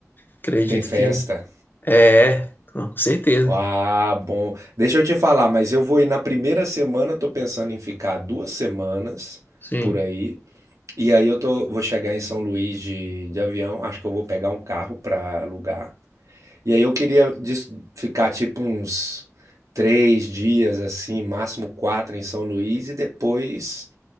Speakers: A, on the left (about 40°); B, on the right (about 80°).
A: acredito
B: Tem festa.
A: que é, não, com certeza.
B: Ah, bom. Deixa eu te falar, mas eu vou ir na primeira semana, tô pensando em ficar duas semanas
A: Sim.
B: por aí. E aí eu tô, vou chegar em São Luís de, de avião, acho que eu vou pegar um carro pra alugar. E aí eu queria dis- ficar tipo uns três dias assim, máximo quatro em São Luís e depois